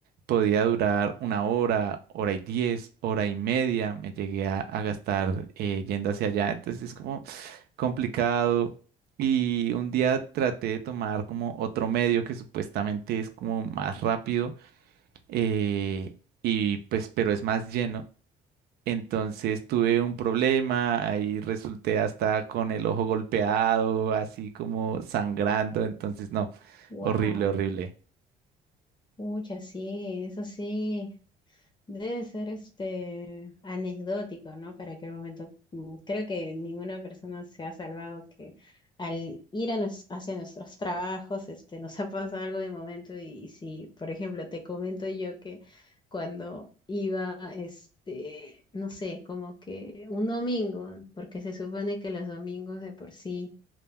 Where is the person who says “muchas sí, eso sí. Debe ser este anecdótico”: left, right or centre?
Left